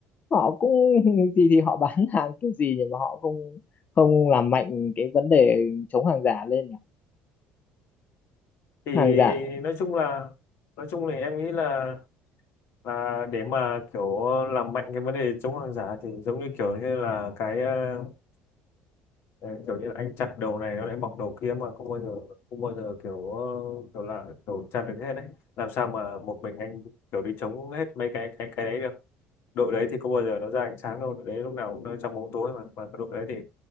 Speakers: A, on the left (about 35°); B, on the left (about 65°).
A: họ cũng <laughs> thì thì họ bán <laughs> hàng kiểu gì nhưng mà họ không không làm mạnh cái vấn đề chống hàng giả lên nhỉ
B: thì
A: hàng giả
B: nói chung là nói chung thì em nghĩ là là để mà kiểu làm mạnh cái vấn đề chống hàng giả thì giống như kiểu như là cái ờ, Đấy, kiểu như là anh chặt đầu này nó lại mọc đầu kia mà không bao giờ không bao giờ kiểu ờ, kiểu là kiểu chặt được hết đấy làm sao mà một mình anh kiểu đi chống hết mấy cái cái cái đấy được đội đấy thì không bao giờ nó ra ánh sáng đâu đội đấy lúc nào cũng ở trong bóng tối mà mà cái đội đấy thì